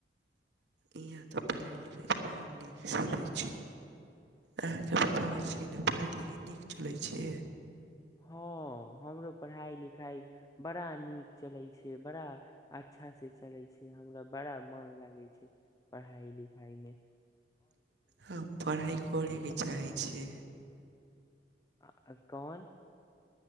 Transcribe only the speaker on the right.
इहाँ ते पढ़ाई लिखाई बड़ा नीक चलै छै, अहाँ के बताबै छीये ने पढ़ाई-लिखाई नीक चलै छै।
हाँ पढ़ाई करे के चाही। छै।